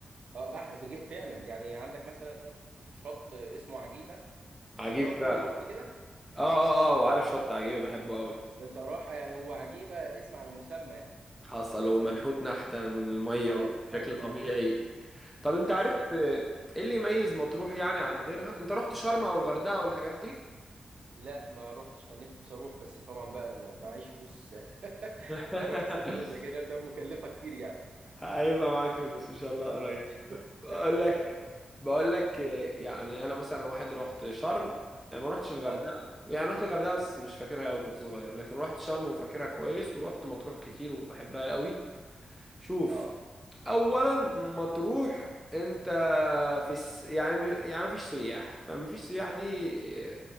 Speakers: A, on the right; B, in the centre.
A: اه أح... بج- فعلا يعني عندك مثلا شط اسمه عجيبه
B: عجيب
A: انت رحت
B: فعلا
A: مطروح
B: اه
A: قبل كده
B: اه اه وعارف شط عجيب بحبه قوي
A: بصراحه يعني هو عجيبه اسم على مسمى يعني
B: حصل ومنحوت نحتة من المية
A: اه
B: وبشكل
A: سبحان الله
B: طبيعي طب انت
A: بس
B: عارف آه، ايه اللي يميز مطروح يعني عن غيرها انت رحت شرم او الغردقة او الحاجات دي
A: لا ما روحتش كان نفسي اروح بس طبعا بقى ال- معيش فلوس <laughs>
B: <laughs>
A: اروح سفريه زي كده بتبقى مكلفه كتير يعني
B: هيبقى معاك فلوس ان شاء الله قريب
A: <laughs>
B: بقول لك
A: ان شاء الله
B: بقول لك إيه، يعني انا مثلا واحد رحت شرم ما رحتش الغردقه
A: اه
B: يعني رحت الغردقه بس مش فاكرها قوي كنت صغير لكن رحت شرم وفاكرها كويس ورحت مطروح كتير وبحبها قوي شوف
A: اه
B: اولا مطروح انت في الس... يعني يعني ما فيش سياح فما فيش سياح دي إيه،